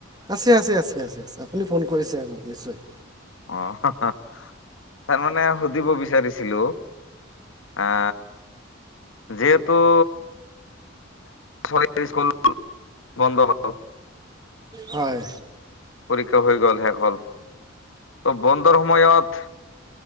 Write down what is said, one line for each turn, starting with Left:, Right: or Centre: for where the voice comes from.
Right: আছে, আছে, আছে, আছে আ আপুনি ফোন কৰিছে মোক নিশ্চয়
Left: অ তাৰ মানে সুধিব বিচাৰিছিলোঁ, আ যিহেতু চৰকাৰী স্কুল বন্ধ হব।
Right: হয়
Left: পৰীক্ষা হৈ গল। হ ত' বন্ধৰ সময়ত